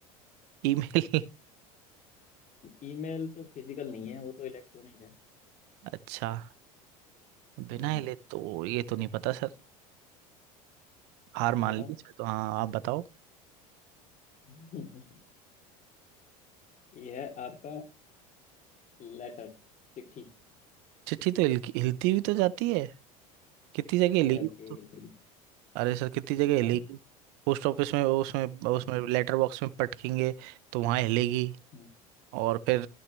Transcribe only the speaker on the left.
ईमेल तो फिजिकल नहीं है वो तो इलेक्ट्रॉनिक है
हम्म
मैं
बताऊं
<laughs> ये है आपका लेटर चिट्ठी
कहाँ जाती
है
हिलती हुई
हाँ
क्या?
हम्म,